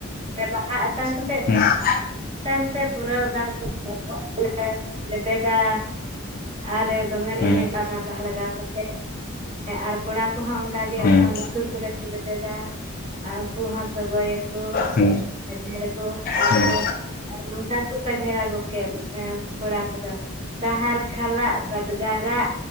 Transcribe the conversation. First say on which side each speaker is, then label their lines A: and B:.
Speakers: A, on the right; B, on the left.
A: ᱚᱛᱮ ᱵᱟᱦᱟ ᱟᱛᱟᱝ
B: ᱦᱩᱸ
A: ᱠᱟᱛᱮᱜ ᱛᱟᱭᱚᱢ ᱛᱮ ᱯᱩᱨᱟᱹ ᱚᱱᱟ <unintelligible> ᱞᱮᱵᱮᱫᱟ ᱟᱨ ᱫᱚᱢᱮ ᱞᱮ
B: ᱦᱮᱸ
A: ᱮᱱᱮᱡᱼᱟ ᱵᱟᱦᱟ ᱞᱟᱜᱟᱣ ᱠᱟᱛᱮ ᱦᱮᱸ ᱟᱨ ᱠᱚᱲᱟ ᱠᱚᱦᱚᱸ ᱚᱱᱠᱟ ᱜᱮ
B: ᱦᱮᱸ
A: ᱩᱱᱠᱩ ᱦᱚᱸ ᱞᱩᱛᱩᱨ ᱠᱚᱨᱮ ᱨᱮᱵᱮᱫᱟ ᱟᱨ ᱩᱱᱠᱩ ᱦᱚᱸ ᱥᱚᱜᱚᱭ ᱟᱠᱚ
B: ᱦᱮᱸ
A: ᱟᱡᱷᱟᱲ ᱟᱠᱚ ᱟᱨ
B: ᱦᱮᱸ
A: ᱠᱚ ᱱᱚᱝᱠᱟ ᱠᱚ ᱠᱷᱟᱡᱷᱲᱟ ᱜᱚᱜ ᱠᱮᱭᱟ ᱠᱚᱲᱟ ᱠᱚᱫᱟ ᱥᱟᱦᱟᱨ ᱠᱷᱟᱞᱟᱜ ᱵᱟᱫᱽᱜᱟᱨᱟᱜ